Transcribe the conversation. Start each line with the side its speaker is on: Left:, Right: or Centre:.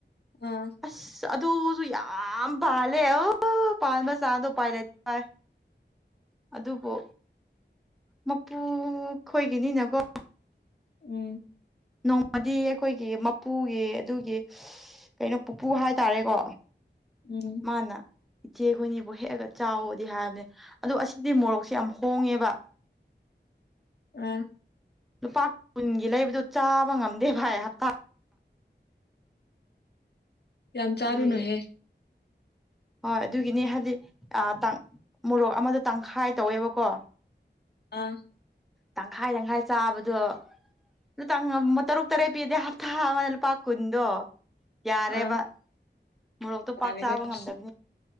Left: ꯑꯥ
Centre: ꯑꯁ ꯑꯗꯨꯁꯨ ꯌꯥ‌ꯝ ꯑꯝ ꯄꯜꯂ‌ꯦ ꯆꯥꯡꯗꯣ ꯄꯥꯏꯂꯥꯏ ꯑꯗꯨꯕꯨ ꯃꯄꯨ ꯈꯣꯏꯒꯤꯅꯤꯅꯀꯣ
Left: ꯎꯝ
Centre: ꯅꯣꯡꯃꯗꯤ ꯑꯩꯈꯣꯏꯒꯤ ꯃꯄꯨꯒꯤ ꯑꯗꯨꯒꯤ ꯀꯩꯅꯣ ꯄꯨꯄꯨ ꯍꯥꯏꯇꯥꯔꯦꯀꯣ
Left: ꯎꯝ
Centre: ꯃꯥꯅ ꯏꯆꯦ ꯈꫭꯏꯅꯤꯕꯨ ꯍꯦꯛꯑꯒ ꯆꯥꯎꯑꯣꯗꯤ ꯍꯥꯏꯕꯅꯦ ꯑꯗꯣ ꯑꯁꯤꯗꯤ ꯃꯣꯔꯣꯛꯁꯦ ꯌꯥꯝ ꯍꯣꯡꯉꯦꯕ
Left: ꯎꯝ
Centre: ꯂꯨꯄꯥ ꯀꯨꯟꯒꯤ ꯂꯩꯕꯗꯣ ꯆꯥꯕ ꯉꯝꯗꯦ ꯚꯥꯏ ꯍꯞꯇꯥ
Left: ꯌꯥꯝ ꯆꯥꯔꯨꯅꯨ
Centre: ꯑꯗꯨꯒꯤ
Left: ꯍꯦ
Centre: ꯍꯣꯏ ꯑꯗꯨꯒꯤꯅꯤ ꯍꯥꯗꯤ ꯑ ꯇꯥꯡ ꯃꯣꯔꯣꯛ ꯑꯃꯗ ꯇꯪꯈꯥꯏ ꯇꯧꯋꯦꯕꯀꯣ
Left: ꯑꯥ
Centre: ꯇꯪꯈꯥꯏ ꯇꯪꯈꯥꯏ ꯆꯥꯕꯗꯣ ꯑꯗꯨ ꯇꯥꯡ ꯉꯝꯃꫭ ꯇꯔꯨꯛ ꯇꯔꯦꯠ ꯄꯤꯗꯦ ꯍꯞꯇꯥ ꯑꯃꯗ ꯂꯨꯄꯥ ꯀꯨꯟꯗꯣ ꯌꯥꯔꯦꯕ
Left: ꯑꯥ
Centre: ꯃꯣꯔꯣꯛꯇꯣ ꯄꯥꯛ
Left: ꯌꯥꯔꯦ
Centre: ꯆꯥꯕ
Left: ꯀꯩꯅꯣ
Centre: ꯉꯝꯗꯕ